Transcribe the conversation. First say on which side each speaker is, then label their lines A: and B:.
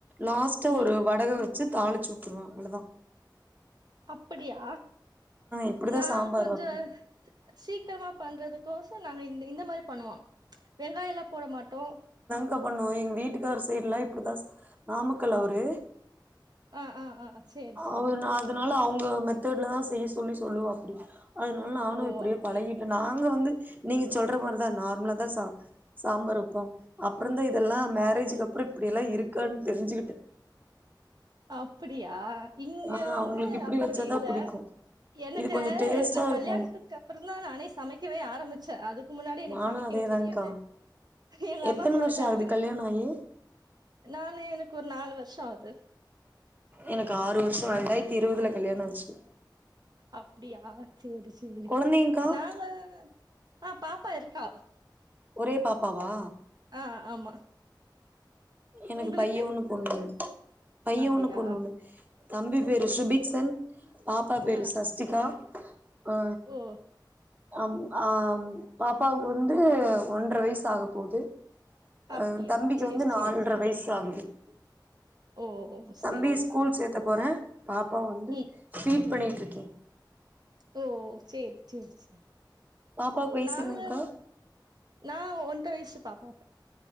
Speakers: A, on the right; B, on the right.
A: லாஸ்ட்ட
B: ம்
A: ஒரு வடக் சு தாளிச்சு வுற்றுவேன் அவ்ளதான்
B: அப்டியா
A: இப்டிதா
B: நான்
A: சாம்பார்
B: கொஞ்ச
A: வப்பே
B: சீக்கிரமா பண்றதுக்கோசம் நாங்க இந்த-இந்த மாரி பண்ணுவோம் வெங்காயம்ல்லாம் போட மாட்டோம்
A: கா பண்ணுவோம் எங்க வீட்டுக்கார சைடுலாம் இப்படிதான் நாமக்கல் அவரு
B: ஆ ஆ ஆ சேரி சேரி
A: அவ அதனால அவுங் உங்க மெத்தட்ல தான் செய்ய சொல்லி சொல்லுவாப்டி அதனால நானும்
B: ஓ
A: இப்படியே
B: அப்டியா
A: பழகிட்டேன் நாங்க வந்து நீங்க சொல்ற மாதிரிதான் நார்மலா தான் ச சாம்பார் வைப்போம் அப்புறம் தான் இதெல்லாம் மேரேஜுக்கு
B: ஓ
A: அப்புறம் இப்படியெல்லாம் இருக் <unintelligible> தெரிஞ்சுக்கிட
B: அப்டியா இங்க
A: ஆ
B: வந்து
A: அவங்களுக்கு இப்படி
B: அப்படி
A: வச்சாதா
B: இல்ல
A: புடிக்கு
B: எனக்கு
A: இது கொஞ்சோ டேஸ்ட்டா
B: நா
A: இருக்கு
B: கல்யாணத்துக்கு அப்புறம் தான் நானே சமைக்கவே ஆரம்பிச்சேன் அதுக்கு முன்னாடி எனக்கு
A: நானு
B: சமைக்கவே
A: அதேதான்கா
B: தெரியாது எங்க
A: எத்தன
B: அம்மா சொல்லி
A: வருஷோ
B: தரல
A: ஆகுது
B: எனக்
A: கல்யாணோ ஆயி
B: நானே கொஞ் நாலு வருசம் ஆகுது
A: எனக்கு ஆறு வருசம் ரெண்டாயிரத்தி இருபதுல கல்யாணம் ஆச்சு
B: அப்டியா செரி செரி
A: கொழந்தைங்க்கா
B: நானு ஹா பாப்பா இருக் <unintelligible>
A: ஒரே பாப்பாவா
B: ஹா ஆமா
A: எனக்கு
B: உங்களுக்கு
A: பைய ஒன்னு பொண்ணு ஒன்னு பையன்
B: அப்டியா
A: ஒன்னு பொண்ணு ஒன்னு தம்பி பேரு
B: ஓ
A: சுபிக்சன் பாப்பா பேரு
B: ஆ
A: சஷ்திகா ஹா
B: ஓ
A: ஹம் ஹாம் பாப்பாவுக்கு வந்து ஒன்றரை வயசு ஆக போது
B: அப்டியா
A: ஹா தம்பிக்கு
B: சேரி
A: வந்து
B: சேரி
A: நால்ட்ரா வயசு ஆகுது <inaudible>
B: ஓ ஓ
A: தம்பி
B: சேரி
A: ஸ்கூல் சேர்த்த போறன் பாப்பா வந்து
B: ம்
A: பீட் பண்ணி ருக்கேன்
B: ஓ செரி-செரி-செரி
A: பாப்பாக்கு வயசு
B: நாலு
A: என்னங்க்கா
B: நா ஒன்ற வயசு பாப் <unintelligible>